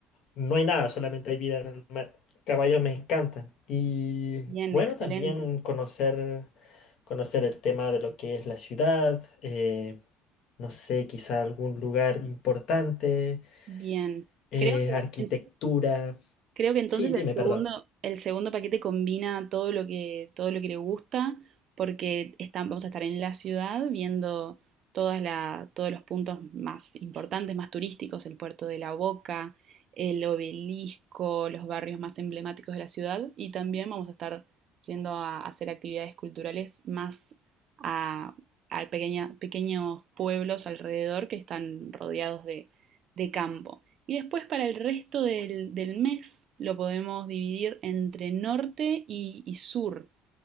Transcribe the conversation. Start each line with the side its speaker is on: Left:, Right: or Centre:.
Left: no hay nada, solamente hay vida en el mar. Caballos me encantan. Y
Right: bien,
Left: bueno,
Right: excelente.
Left: también conocer, conocer el tema de lo que es la ciudad, eh, no sé, quizá algún lugar importante,
Right: Bien.
Left: eh,
Right: Creo que,
Left: arquitectura.
Right: en- creo que entonces
Left: Sí, dime,
Right: el segundo,
Left: perdón.
Right: el segundo paquete combina todo lo que, todo lo que le gusta, porque están, vamos a estar en la ciudad viendo todas la, todos los puntos más importantes, más turísticos, el puerto de La Boca, el obelisco, los barrios más emblemáticos de la ciudad, y también vamos a estar yendo a hacer actividades culturales más a, a pequeña- pequeños pueblos alrededor que están rodeados de de campo. Y después para el resto del, del mes lo podemos dividir entre norte y, y sur.